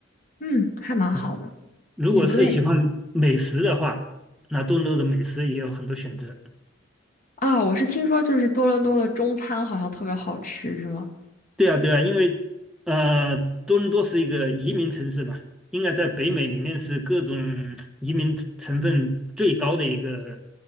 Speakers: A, on the left (about 45°); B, in the centre.
A: 嗯，还蛮好的，
B: 嗯如果是喜欢美食的话，
A: 也不累。
B: 那多伦多的美食也有很多选择。
A: 啊，我是听说就是多伦多的中餐好像特别好吃，是吗？
B: 对啊，对啊，因为呃，多伦多是一个移民城市嘛，应该在北美里面是各种移民成成分最高的一个